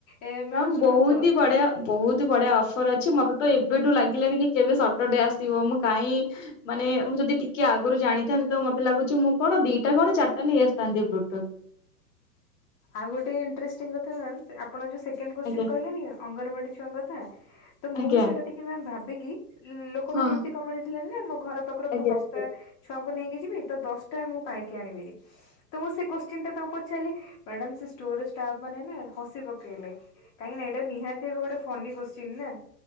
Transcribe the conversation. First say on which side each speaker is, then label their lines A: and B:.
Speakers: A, on the left; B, on the left.
A: ଏ ମ୍ୟାଡାମ
B: <unintelligible>
A: ଶୁଣନ୍ତୁ
B: ବୋହୁତି ବଢିଆ ବୋହୁତୁ ବଢିଆ ଅଫର ଅଛି, ମତେ ତ ଏବେଠୁ ଲାଗିଲାଣି କି କେବେ ସଟର ଡେ ଆସିବ ମୁଁ କାଇଁ, ମାନେ ମୁଁ ଯଦି ଟିକେ ଆଗରୁ ଜାଣିଥାନ୍ତି ତ ମତ ଲାଗୁଚି ମୁଁ କଣ ଦିଟା କଣ ଚାରଟା ନେଇଆସିଥାନ୍ତି ବ୍ଲୁଟୁଥ।
A: ଆଉ ଗୋଟେ ଇଣ୍ଟଷ୍ଟିଂ କଥା ମ୍ୟାମ୍। ଆପଣ ଯୋଉ ସେକଣ୍ଡ କୋଶ୍ଚିନ୍
B: ଆଜ୍ଞା
A: କହିଲେନି ଅଙ୍ଗନବାଡି ଛୁଆଙ୍କ କଥା, ତ ମୁଁ
B: ଆଜ୍ଞା
A: ବି ସେଇଟା ଟି ମ୍ୟାମ୍ ଭାବିକି ଲୋକମାନେ
B: ହଁ
A: ଏମିତି <unintelligible> ଥିଲେ ନା ମୋ ଘର ପାଖରୁ
B: ଆଜ୍ଞା
A: ମୁଁ ଦଶଟା
B: ଆଜ୍ଞା
A: ଛୁଆଙ୍କୁ ନେଇକି ଯିବି ତ ଦଶଟା ମୁଁ ପାଇକି ଆଣିବି <unintelligible> ତ ମୁଁ ସେ କୋଶ୍ଚିନ୍ ଟା ତାଙ୍କୁ ପ ଚାଲି, ମ୍ୟାଡାମ୍ ସେ ଷ୍ଟୋର ଷ୍ଟାପମାନେ ନା ହସି ପକେଇଲେ। କାହିଁକି ନା ଏଇଟା ନିହାତି ଏବେ ଗୋଟେ ଫନି କୋଶ୍ଚିନ୍ ନା।